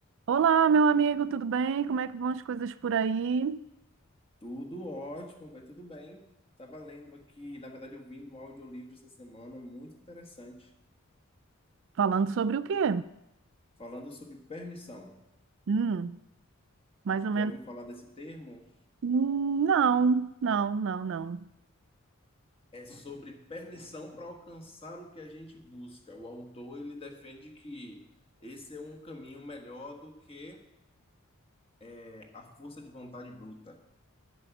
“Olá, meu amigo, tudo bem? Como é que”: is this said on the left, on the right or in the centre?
Right